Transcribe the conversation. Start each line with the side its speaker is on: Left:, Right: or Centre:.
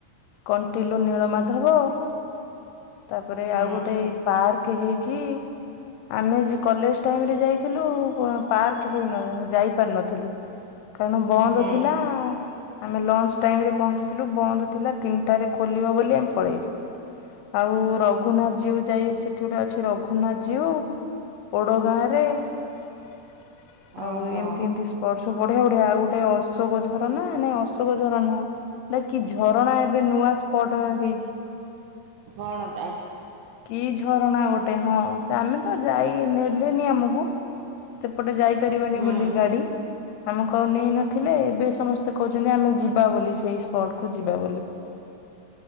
Left: କଣ୍ଟିଲନୀଳମାଧବ। ତାପରେ
Right: ହୁଁ
Left: ଆଉ ଗୋଟେ ପାର୍କ ହେଇଛି। ଆମେ କଲେଜ ଟାଇମରେ ଯାଇଥିଲୁ। ପାର୍କ ହେ ଯାଇପାରିନଥିଲୁ। କାରଣ ବନ୍ଦ
Right: ହୁଁ
Left: ଥିଲା। ଆମେ ଲଞ୍ଚ ଟାଇମରେ ପହଞ୍ଚିଥିଲୁ ବନ୍ଦ ଥିଲା। ତିନିଟାରେ ଖୋଲିବ ବୋଲି ଆମେ ପଳେଇଲୁ। ଆଉ ରଘୁନାଥ ଜୀଉ ଯାଇ ସେଠି ଗୋଟେ ଅଛି ରଘୁନାଥ ଜୀଉ। ଓଡ ଗାଁ ରେ <inaudible>
Right: ଓହୋ
Left: ଆଉ ଏମତି ଏମତି ସ୍ପଟ ସବୁ ବଢିଆ ବଢିଆ ଆଉ ଗୋଟେ ଅଶୋକ ଝରଣା ନାଇଁ ଅଶୋକ ଝରଣା ନୁହଁ। ନା କିି ଝରଣା ଏବେ ନୂଆ ସ୍ପଟ ହେଇଛି।
Right: କଣ ଟା?
Left: କି ଝରଣା ଗୋଟେ? ହଁ ସେ ଆମେ ତ ଯାଇ ନେଲେନି ଆମକୁ ସେପଟେ ଯାଇ ପାରିବନି
Right: ହୁଁ।
Left: ବୋଲିୁ ଗାଡି। ଆମକୁ ଆଉ ନେଇ ନଥିଲେ ଏବେ ସମସ୍ତେ କହୁଛନ୍ତି। ଆମେ ଯିବା ବୋଲି ସେଇ ସ୍ପଟ କୁ ଯିବା ବୋଲି।